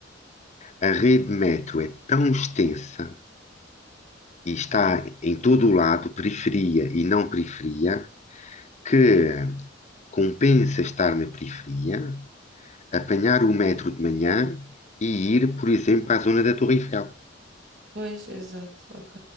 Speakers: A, on the left (about 40°); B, on the right (about 70°).
A: a rede metro é tão extensa e está em todo o lado, periferia e não periferia, que compensa estar na periferia apanhar o metro de manhã e ir, por exemplo, à zona da Torre Eiffel.
B: Pois, exato, ok.